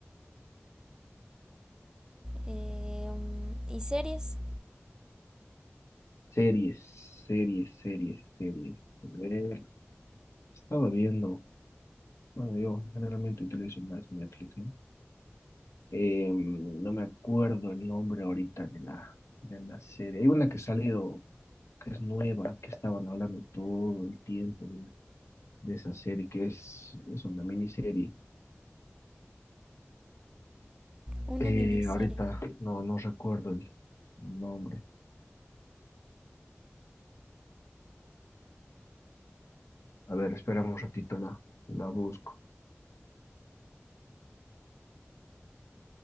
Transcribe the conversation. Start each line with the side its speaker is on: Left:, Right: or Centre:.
Right: Eh, mm, y series,
Left: Series, series, series, series. A ver, estaba viendo, bueno, yo generalmente utilizo más Netflix, ¿no? Eh, no me acuerdo el nombre ahorita de la, de la serie. Hay una que ha salido, que es nueva, que estaban hablando todo el tiempo de, de esa serie, que es, es una miniserie.
Right: una
Left: Eh,
Right: miniserie.
Left: ahorita no, no recuerdo el nombre. A ver, espérame un ratito, la, la busco.